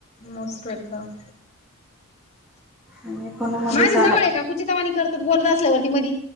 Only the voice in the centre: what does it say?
मी फोनमध्येच
आलाय.